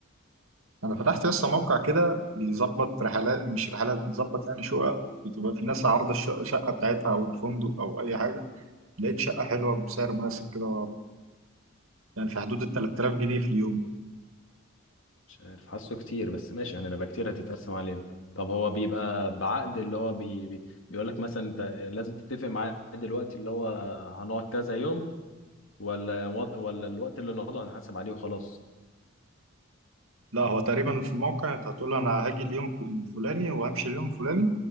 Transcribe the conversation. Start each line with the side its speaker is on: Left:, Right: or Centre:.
Right: انا فتحت لسه موقع كده بيظبط رحلات مش رحلات بيظبط يعني شقق بتبقى في ناس عارضه الشقه الشقة بتاعتها او الفندق او اي حاجه لقيت شقه حلوه بسعر مناسب كده يعني في حدود ال 3000 جنيه في اليوم
Left: مش عارف حاسه كتير بس ماشي يعني هنبقى كتير هتتقسم علينا طب هو بيبقى بعقد اللي هو بي... بي... بيقول لك مثلا انت لازم تتفق معاه دلوقتي اللي هو هنقعد كذا يوم ولا وط... ولا الوقت اللي نقعده هنحاسب عليه وخلاص
Right: لا هو تقريبا في الموقع انت هتقول انا هاجي اليوم ك- الفلاني وهمشي اليوم الفلاني